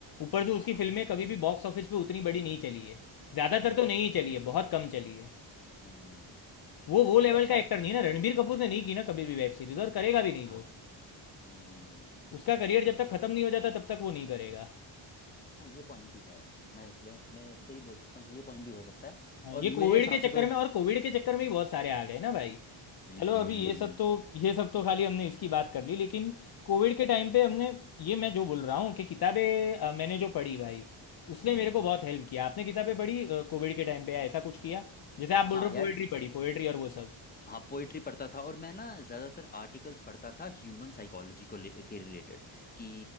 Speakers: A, on the left (about 50°); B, on the left (about 20°).
A: ऊपर से
B: हाँ
A: उसकी
B: हाँ
A: फिल्में कभी भी बॉक्स ऑफिस पे उतनी बड़ी नहीं चली है ज़्यादातर
B: हम्म
A: तो नहीं चली है बहुत कम चली है
B: हम्म
A: वो वो
B: बट
A: लेवल
B: वो अच्छा
A: का एक्टर
B: एक्टर
A: नहीं
B: है
A: ना रणबीर कपूर ने नहीं की ना कभी भी वेब सीरीज और करेगा भी नहीं
B: हाँ
A: वो
B: हम्म
A: उसका करियर जब तक खत्म नहीं हो जाता तब तक वो नहीं करेगा
B: हाँ ये पॉइंट भी है मैं मैं मैं सही बोल सकता हूँ कि ये पॉइंट भी हो सकता है
A: हाँ,
B: और
A: ये
B: मेरे
A: कोविड
B: हिसाब
A: के चक्कर
B: से तो
A: में और कोविड के चक्कर में ही बहुत सारे आ गए ना भाई
B: हम्म
A: चलो अभी ये सब तो ये सब तो खाली हमने इसकी बात कर ली लेकिन कोविड के टाइम पे हमने ये मैं जो बोल रहा हूँ कि किताबें अ, मैंने जो पढ़ी भाई उसने
B: हम्म
A: मेरे को बहुत हेल्प किया आपने किताबें पढ़ी अ, कोविड के टाइम पे या ऐसा कुछ किया जैसे आप बोल
B: हाँ
A: रहे हो
B: यार
A: पोएट्री पढ़ी पोएट्री और वो सब
B: हाँ पोइट्री पढ़ता था और मैं ना ज़्यादातर आर्टिकल्स पढ़ता था ह्यूमन साइकोलॉजी को ले के रिलेटेड कि